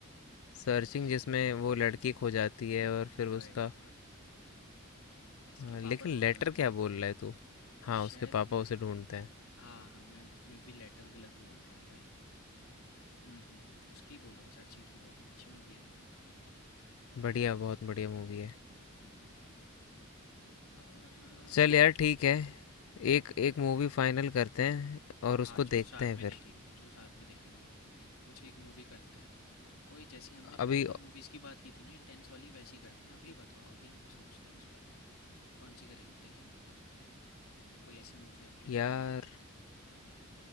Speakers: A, on the left (about 70°); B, on the left (about 85°).
A: सर्चिंग
B: श
A: जिसमें वो लड़की खो जाती है और फिर
B: वही,
A: उसका
B: इसके
A: आ,
B: पापा
A: लेकिन
B: ढूँढते
A: लेटर
B: हैं उसे,
A: क्या बोल रहा है तू हाँ
B: शायद
A: उसके पापा
B: मेरे
A: उसे ढूंढते हैं
B: हाँ, हाँ, मैं मे बी लेटर गलत बोल रहा हूँ, वही, वही। हुँ, हुँ, हुँ, उसकी बोल रहा हूँ, सर्चिंग की बोल रहा हूँ, अच्छी मूवी है ना?
A: बढ़िया बहुत बढ़िया मूवी है
B: हुँ, और अ,
A: चल यार ठीक है एक एक मूवी फाइनल करते हैं और
B: हाँ,
A: उसको
B: जो
A: देखते
B: साथ
A: हैं
B: में
A: फिर
B: देखेंगे जो साथ में देखेंगे, कुछ एक मूवी करते हैं, कोई जैसी हमने पहले
A: अभी
B: मूवीज़ की बात की थी ना इंटेंस वाली वैसी करते हैं, अभी बताओ, अभी सोचते हैं उस बारे में, कौन-सी करेंगे देखेंगे बताओ? कोई ऐसी मूवी आपके जो
A: यार
B: दिमाग में हो?